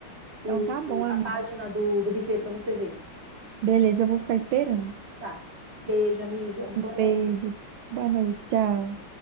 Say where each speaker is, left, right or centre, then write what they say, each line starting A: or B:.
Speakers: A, on the right (about 30°); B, on the right (about 80°).
A: o,
B: Então tá bom,
A: o-
B: amiga.
A: a página do, do buffet para você ver.
B: Beleza, eu vou ficar esperando.
A: Tá. Beijo, amiga. Boa noite.
B: Beijos. Boa noite. Tchau.